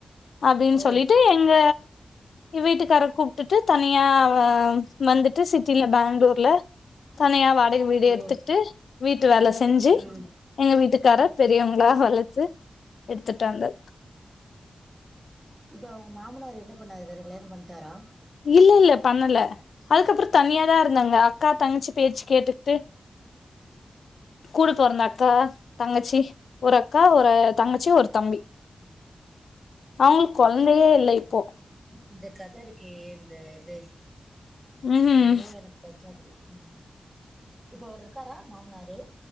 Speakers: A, on the left; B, on the right.
A: அப்படின்னு
B: ஓ
A: சொல்லிட்டு எங்க வீட்டுக்கார கூப்பிட்டுட்டு தனியா வந்துட்டு சிட்டில பெங்களூர்ல தனியா வாடகை வீடு
B: ஓ
A: எடுத்துட்டு வீட்டு ட்டு வேல செஞ்சு
B: ம்
A: எங்க வீட்டுக்காரர் பெரியவங்களா வளச்சு எடுத்துட்டு வந்து
B: இப்ப அவங்க மாமனார் என்ன பண்ணாரு வேற கல்யாணம் பண்டாரா
A: இல்ல இல்ல பண்ணல அதுக்கப்புறோ தனியாதா இருந்தாங்க அக்கா தங்கச்சி பேச்சு கேட்டுட்டு கூட பொறந்த அக்கா தங்கச்சி ஒரு அக்கா ஒரு தங்கச்சி ஒரு தம்பி அவங்களுக்கு கொழந்தையே இல்ல இப்போ
B: இந்த கத இருக்கே இந்த இது
A: ம்ஹூம்
B: எங்கேயோ எனக்கு டச்சாகுது ம் இப்ப அவரு இருக்காரா மாமனாரு